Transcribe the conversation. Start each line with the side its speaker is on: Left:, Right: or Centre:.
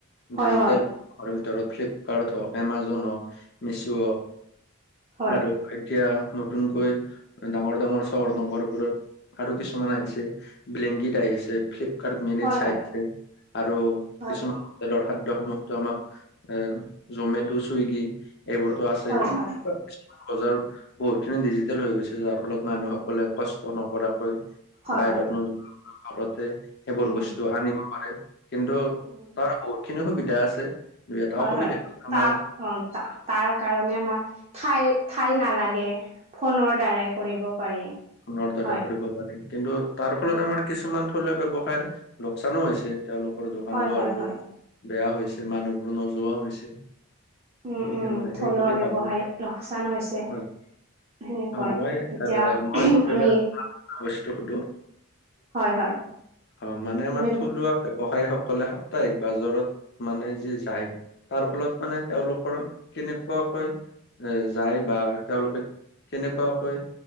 Right: হয়
Left: ডিজিটেল,
Right: হয়
Left: ঘৰ ভিতৰত ফ্লিপকাৰ্ট হওক এমাজন হওক মিছো হওক
Right: হয়
Left: আৰু এতিয়া নতুনকৈ ডাঙৰ ডাঙৰ, চহৰ নগৰবোৰত আৰু কিছুমান আহিছে ব্লেংকিত আহিছে ফ্লিপ তাৰ মিনিট
Right: হয়
Left: চাইছে
Right: হয়।
Left: আৰু
Right: হয়
Left: কিছুমান, তেলৰ খাদ্য সমূহো আমাক এ জমেট চুইগি এইবোৰতো আছে
Right: হয় হয়
Left: <unintelligible> বজ বহুত খিনি ডিজিটেল হৈ গৈছে যাৰ ফলত মানুহ কলে কষ্ট নকৰাকৈ
Right: হয়
Left: বাহিৰত
Right: হয়
Left: নোযোৱা ঘৰতে সেইবোৰ
Right: উম
Left: বস্তু আনিব পাৰে কিন্তু
Right: উম
Left: তাৰ বহুত খিনি সুবিধা আছে। দুই এটা
Right: হয়
Left: অসুবিধা
Right: হয়
Left: আছে, আমাৰ
Right: তাৰ অ তাৰ কাৰণে আমাৰ ঠাই ঠাই নালাগে ফোনৰ দ্বাৰাই কৰিব পাৰি।
Left: ফোনৰ দ্বাৰা
Right: হয়
Left: কৰিব পাৰি কিন্তু তাৰ ফলত
Right: উ
Left: আমাৰ কিছুমান থলুৱা বব্যৱসায়ৰ লোকচানো হৈছে। তেওঁলোকৰ দোকান
Right: হয়
Left: বোৰ
Right: হয় হয়
Left: বেয়া হৈছে মানুহবোৰ নোযোৱাও হৈছে।
Right: উম
Left: গতিকে
Right: উম
Left: মই
Right: থলুৱা
Left: সেইবুলি
Right: ব্যৱসায়
Left: ভাবো
Right: লোকচান হৈছে
Left: হয়।
Right: সেনেকৈ
Left: অ মই
Right: এতিয়া
Left: আহ মই বেলেগে
Right: আমি
Left: এটা বস্তু সুধো
Right: হয় হয়।
Left: অ মানে আমাৰ
Right: আমি
Left: থলুৱা ব্যৱসায়ী সকলে সাপ্তাহিক বাজৰত মানে যি যায়। তাৰ ফলত মানে তেওঁলোকৰ কেনেকুৱাকৈ এ যায় বা তেওঁলোকে, কেনেকুৱাকৈ